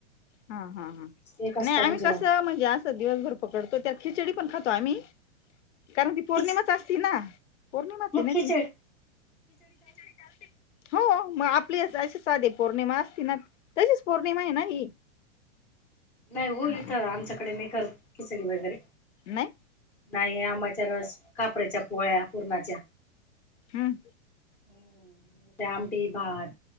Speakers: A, on the left; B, in the centre.
A: हा, हा, हा,
B: एकच
A: नाही आम्ही
B: टाइम जेवण.
A: कसं, म्हणजे असं दिवसभर पकडतो त्या खिचडी पण खातो आम्ही. कारण ती पौर्णिमाच
B: खिच
A: असती ना. पौर्णिमाच
B: मग
A: आहे ना
B: खिचडी
A: ती, खिचडी चालते, हो मग आपली असे साधी पौर्णिमा असती ना, तशीच पौर्णिमा आहे ना ही
B: नाही, हो
A: हा,
B: इथं, आमच्याकडे नाही करत खिचडी वगैरे
A: नाय
B: नाही, आंबाच्या रस, कापऱ्याच्या पोळ्या पूरणाच्या
A: हम्म
B: ह्, दयाम मटी, भात,